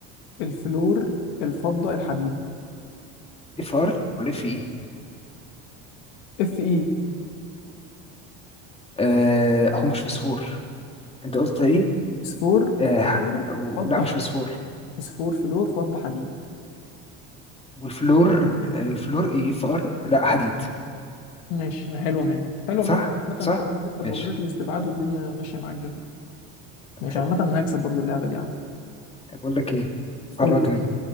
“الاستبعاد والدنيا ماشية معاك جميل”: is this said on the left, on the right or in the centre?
Left